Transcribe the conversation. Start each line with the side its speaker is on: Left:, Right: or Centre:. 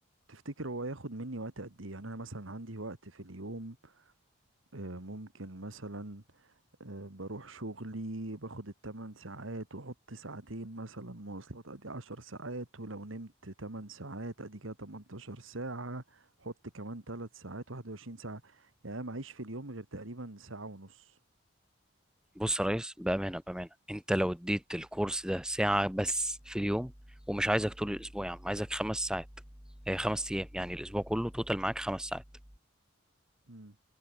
Right: تفتكر هو ياخد مني وقت قد ايه يعني انا مثلا عندي وقت في اليوم أه... ممكن مثلا أه بروح شغلي باخد التمن ساعات وحط ساعتين مثلا مواصلات ادي عشر ساعات ولو نمت تمن ساعات ادي كده تمنتاشر ساعة حط كمان تلت ساعات واحد وعشرين ساعة يعني أنا معيش في اليوم غير تقريبا ساعة ونص
Centre: بص يا ريس بأمانة بأمانة أنت لو اديت الكورس ده ساعة بس في اليوم ومش عايزك طول الأسبوع يا عم عايزك خمس ساعات هي خمس أيام يعني الأسبوع كله توتال معاك خمس ساعات
Right: مم.